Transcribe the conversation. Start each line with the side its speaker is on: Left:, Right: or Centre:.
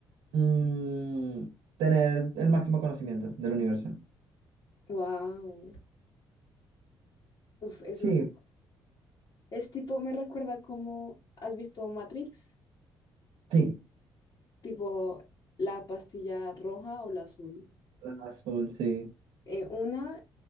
Right: Mm, tener el máximo conocimiento del universo.
Left: wow. Uf, eso
Right: Sí,
Left: es, es tipo, me recuerda como, ¿has visto Matrix?
Right: sí.
Left: Tipo, la pastilla roja o la azul.
Right: El azul, sí.
Left: Eh, una